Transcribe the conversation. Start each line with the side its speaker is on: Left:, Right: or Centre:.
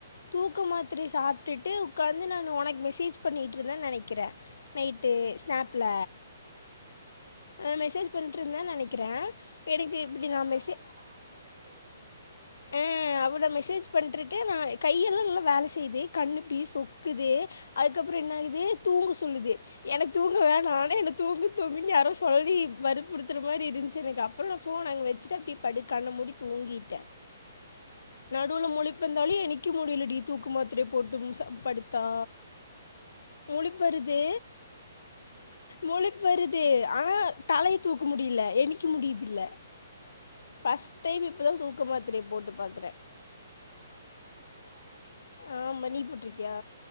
Left: தூக்க மாத்ரைய சாப்ட்டுட்டு உக்காந்து நானு உனக் மெசேஜ் பண்ணிட்டுருந்தேன் நெனைக் கிற நைட்டு
Right: ஆ
Left: ஸ்நாப்ல
Right: ஆ
Left: அ மெசேஜ் பண்ட்ர்ருந்தா நெனைக்கிற எனக்கு
Right: ஆமாமா
Left: இப்படி நான்
Right: நா
Left: மெசேஜ்
Right: கூட டேப்லெட் போடுன்ல சொல்லிட்டு இருந்தே
Left: ஆ அவ்ளோ மெசேஜ் பண்ட்ருக்கே நா
Right: ம்
Left: கையெல்லா நல்லா வேல செய்து கண்ணு அப்டே சொக்குது அதுக்கப்புறோ என்ன ஆகுது
Right: ஆ
Left: தூங்க சொல்லுது எனக்கு தூங்க வேணா ஆனா என்ன தூங்கு தூங்குன்னு யாரோ ஆல்ரெடி வறுப்புறுத்துற மாறி இருந்ச்சு எனக்கு அப்புறோ நா ஃபோன அங்க வச்சுட்டு அப்டியே படுக் கண்ண மூடி தூங்கிட்ட
Right: ம்
Left: நடுவுல முழிப்பந்தாலே என் நிக்க முடிலடி தூக்கு மாத்திரையபோட்டு சாப் படு த்தா
Right: ஆ மயக்கோ
Left: முளிப்வருது
Right: அப்டியே யாரோ ம்
Left: முழிப்பு வருது ஆனா தலையை தூக்க முடியல என்னிக்க முடியுதில்ல
Right: ம்
Left: ஃபர்ஸ்ட் டைம் இப்பதா தூக்க மாத்திரிய போட்டு பாக்குற
Right: ஆ இப்பதா போடுறியா
Left: ஆமா நீ போட்ருக்கியா
Right: நா